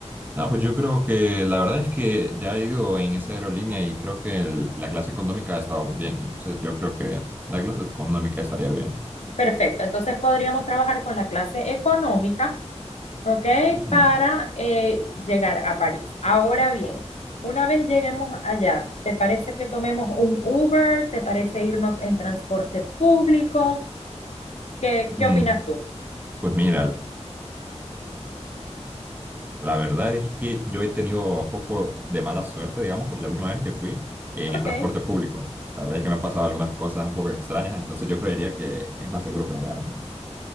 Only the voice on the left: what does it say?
Perfecto. Entonces podríamos trabajar con la clase económica ¿ok?
Para eh, llegar a París. Ahora bien, una vez lleguemos allá, ¿te parece que tomemos un Uber? ¿Te parece irnos en transporte público? ¿Qué,
qué opinas tú?
Ok,